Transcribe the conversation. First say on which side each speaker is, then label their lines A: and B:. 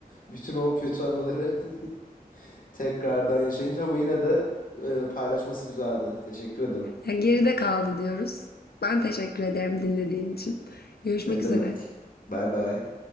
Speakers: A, on the left (about 60°); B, on the left (about 75°).
A: Bütün o kötü anıları <laughs> tekrardan yaşayınca ama yine de e, paylaşması güzeldi. Teşekkür ederim.
B: Ya geride kaldı diyoruz. Ben teşekkür ederim dinlediğin için. Görüşmek
A: Ne
B: üzere.
A: demek? Bay bay.